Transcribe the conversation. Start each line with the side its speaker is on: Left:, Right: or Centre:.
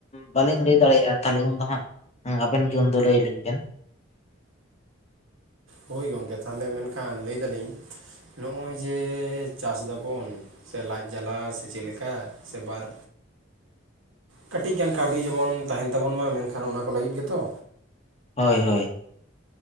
Left: ᱵᱟᱹᱞᱤᱧ ᱞᱟᱹᱭ ᱫᱟᱲᱮᱭᱟᱜᱼᱟ ᱛᱟᱦᱚᱞᱮ ᱩᱱᱫᱚ ᱦᱟᱸᱜ ᱦᱮᱸ ᱟᱵᱤᱱ ᱜᱮ ᱩᱱᱫᱚ ᱞᱟᱹᱭ ᱟᱞᱤᱧ ᱵᱮᱱ
Right: ᱦᱳᱭ ᱜᱚᱝᱠᱮ ᱛᱟᱦᱚᱞᱮ ᱢᱮᱱᱠᱷᱟᱱ ᱞᱟᱹᱭ ᱫᱟᱞᱤᱧ ᱱᱚᱜᱼᱚᱭ ᱡᱮ ᱪᱟᱥ ᱫᱟᱵᱚᱱ ᱥᱮ ᱞᱟᱡ ᱡᱟᱞᱟ ᱥᱮ ᱪᱮᱫ ᱞᱮᱠᱟ ᱥᱮ ᱵᱟᱨ ᱠᱟᱹᱴᱤᱡ ᱜᱟᱱ ᱠᱟᱹᱣᱰᱤ ᱡᱮᱢᱚᱱ ᱛᱟᱦᱮᱱ ᱛᱟᱵᱚᱱ ᱢᱟ ᱢᱮᱱᱠᱷᱟᱱ ᱚᱱᱟ ᱠᱚ ᱞᱟᱹᱜᱤᱫ ᱜᱮᱛᱚ
Left: ᱦᱳᱭ ᱦᱳᱭ